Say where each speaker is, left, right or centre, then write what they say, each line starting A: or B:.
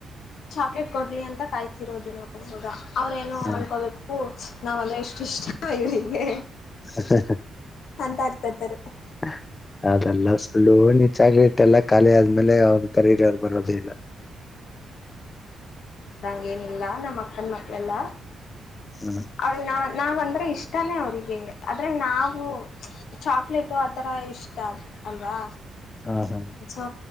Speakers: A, on the left; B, on the left.
A: ಚಾಕ್ಲೇಟ್ ಕೊಡ್ಲಿ ಅಂತ ಕಾಯ್ತಿರೋದು ನೋಗ ಅವ್ರೇನು
B: ಹ
A: ಅನ್ಕೋಬೇಕು ನಾವೆಲ್ಲ ಎಷ್ಟು ಇಷ್ಟ ಇೀಗೆ
B: ಅಾ ಅ <inaudible>
A: ಅಂತ ಇರ್ತತಾರೆ <inaudible>
B: ಹ ಅದೆಲ್ಲ ಸುಳ್ಳು ನಿಜಾಗ್ಲಿ. ಎಲ್ಲ ಖಾಲಿ ಆದ್ಮೇಲೆ ಅವ್ನ್ ಕರೀರಿ ಅವರ್ ಬರೋದೇ ಇಲ್ಲ
A: ಹೇಲೇ ಇಲ್ಲ ನಮ್ಮ್ ಅಕ್ಕನ್ ಮಕ್ಕಳೆಲ್ಲ
B: ಹ್ಮ
A: ಅವ್ರ್ನಾವ್. ನಾವಂದ್ರೆ ಇಷ್ಟಾನೇ ಅವರಿಗೆ ಆದ್ರೆ ನಾವು ಚಾಕ್ಲೇಟು ಆತರ ಇಷ್ಟ ಅಲ್ವಾ
B: ಹಾ ಹಾ
A: ದ್ ಸೊ